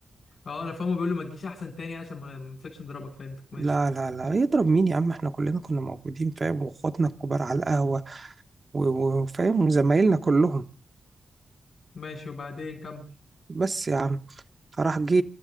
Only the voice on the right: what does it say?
لا لا لا يضرب مين يا عم احنا كلنا كنا موجودين فاهم واخواتنا الكبار على القهوه و- وفاهم زمايلنا كلهم
بس يا عم فراح جه